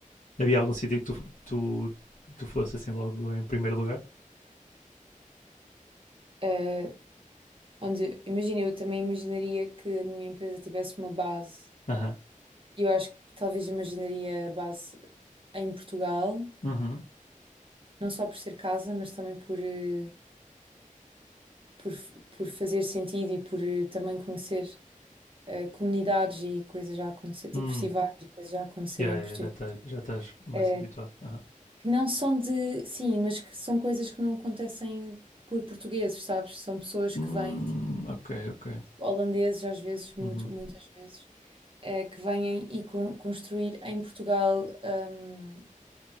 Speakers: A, on the left (about 70°); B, on the right (about 40°).
A: Havia algum sítio que tu, tu, tu fosse assim logo em primeiro lugar?
B: Eh, onde, imagina, eu também imaginaria que a minha empresa tivesse uma base.
A: Aham.
B: Eu acho que talvez imaginaria a base em Portugal,
A: Uhum.
B: não só por ser casa, mas também por, eh, por, f- por fazer sentido e por eh, também conhecer eh, comunidades e coisas já a acontecer, tipo
A: Hum.
B: festivais e coisas já acontecerem
A: Yeah,
B: em
A: yeah,
B: Portugal.
A: já estás já estás mais
B: eh,
A: habituado. Aham.
B: que não são de, sim, mas que são coisas que não acontecem por portugueses, sabes? São pessoas
A: Hum,
B: que vêm, tipo,
A: ok, ok.
B: holandeses às vezes, muito,
A: Uhum.
B: muitas vezes, eh, que vêm e con- construir em Portugal, hum,